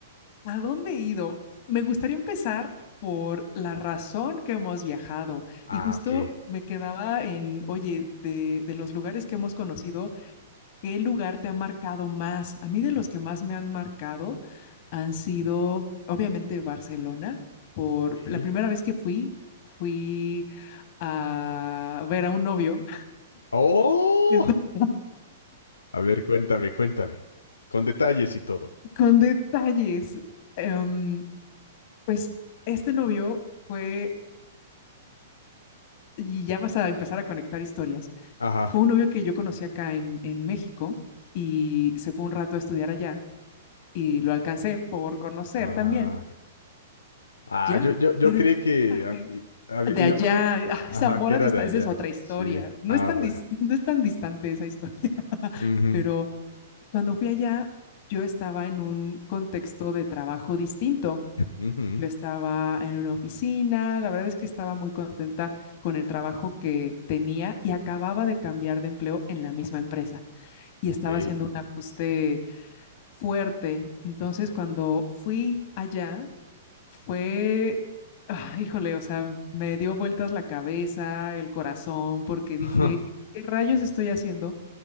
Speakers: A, on the left (about 50°); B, on the left (about 85°).
A: ¿A dónde he ido? Me gustaría empezar por la razón que hemos viajado.
B: Ah,
A: Y justo
B: ok.
A: me quedaba en, oye, de, de los lugares que hemos conocido, ¿qué lugar te ha marcado más? A mí de los que más me han marcado han sido, obviamente, Barcelona. Por
B: ¿Sí?
A: la primera vez que fui, fui a ver a un novio
B: ¡Oh!
A: <laughs>
B: A ver, cuéntame, cuéntame. Con detalles y todo.
A: con detalles. Em, pues este novio... fue y ya vas a empezar a conectar historias.
B: Ajá.
A: Fue un novio que yo conocí acá en, en México y se fue un rato a estudiar allá y lo alcancé por conocer
B: Ah,
A: también,
B: ah,
A: ya,
B: yo, yo, yo
A: pero
B: creí
A: en ese
B: que
A: viaje
B: hab- i- hab-
A: de
B: iba,
A: allá a
B: ajá,
A: Zamora
B: que era
A: dista
B: de allá.
A: esa es otra historia,
B: Sí.
A: no
B: Ah,
A: es tan,
B: bueno.
A: dis- <laughs> no es tan distante esa historia, <laughs>
B: Ujú,
A: pero cuando fui allá, yo estaba en un contexto de trabajo distinto
B: ujú,
A: Yo estaba en una oficina, la verdad es que estaba muy contenta con el trabajo que tenía y acababa de cambiar de empleo en la misma empresa y
B: Ok.
A: estaba haciendo un ajuste fuerte. Entonces, cuando fui allá, fue, ah, híjole, o sea, me dio vueltas la cabeza, el corazón, porque
B: <laughs>
A: dije, ¿qué rayos estoy haciendo?